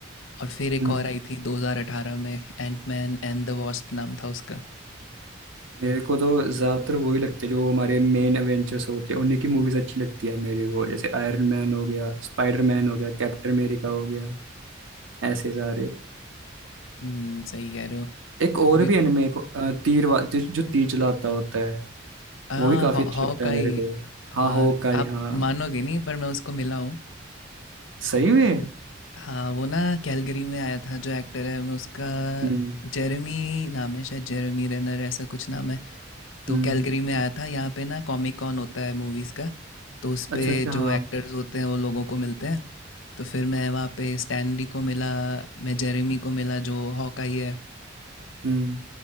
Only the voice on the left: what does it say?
और फिर एक
और आई थी 2018 में एंटमैन एंड द वॉस्प नाम था उसका
हम्म सही कह रहे हो
अभी
आ
हॉ
हॉक
आई
हाँ
आप
मानोगे नहीं पर मैं उसको मिला हूँ
हाँ वो ना कैलगरी में आया था जो एक्टर है मैं उसका
जेरेमी नाम है शायद जेरेमी रेनर ऐसा कुछ नाम है तो
कैलगरी में आया था यहाँ पे ना कॉमिक कॉन होता है मूवीज़ का तो उस
पे
जो एक्टर्स होते हैं वो लोगों को मिलते हैं तो फिर मैं वहाँ पे स्टैनली को मिला मैं जेरेमी को मिला जो हॉकाई है